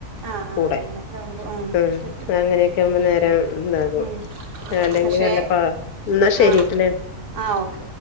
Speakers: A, on the right; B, on the left.
A: ആ ആ
B: കൂടെ
A: അങ്ങനെയൊക്കെ ആകുമ്പോ
B: ഉം
A: ശരി
B: അങ്ങനെയൊക്കെ ആവുമ്പോ നേരം ഇതാകും
A: ഉം
B: അല്ലെങ്കി
A: പക്ഷെ
B: നല്ല പ എന്നാ ശരിട്ടില്ലേ
A: ആഹ് ആഹ് ഓക്കെ